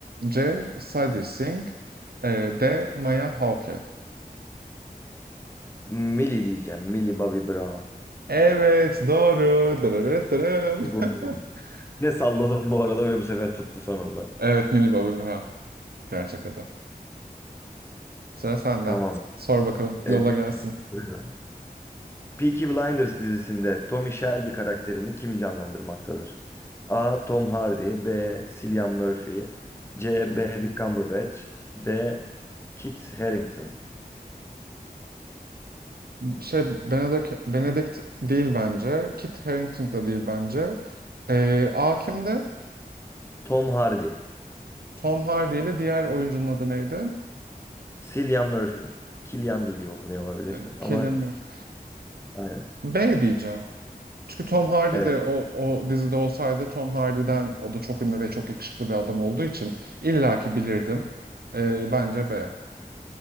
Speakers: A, on the right; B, on the left.
A: C. Sadie Sink e, D. Maya Hawke
B: Millie diyeceğim. Millie Bobby Brown.
A: Evet doğru. Dırırır dırım.
B: Bu-
A: <laughs>
B: Ne salladım bu arada ve bu sefer tuttu sonunda.
A: Evet Millie Bobby Brown gerçek adı. Sıra sende.
B: Tamam.
A: Sor bakalım yolla
B: E,
A: gelsin.
B: Duruyor. Peaky Blinders dizisinde Tommy Shelby karakterini kim canlandırmaktadır? A. Tom Hardy B. Cillian Murphy C. Benedict Cumberbatch D. Kit Harington
A: şey Benedict, Benedict değil bence. Kit Harington da değil bence. Ee, A kimdi?
B: Tom Hardy
A: Tom Hardy ile diğer oyuncunun adı neydi?
B: Cillian Murphy. Killian'dı diye okunuyor olabilir
A: Ee,
B: ama
A: Cillian Murphy.
B: aynen.
A: B diyeceğim. Çünkü Tom Hardy
B: Evet,
A: de o, o dizide olsaydı Tom Hardy'den o da çok ünlü ve çok yakışıklı bir adam olduğu için illaki bilirdim. Ee, bence B.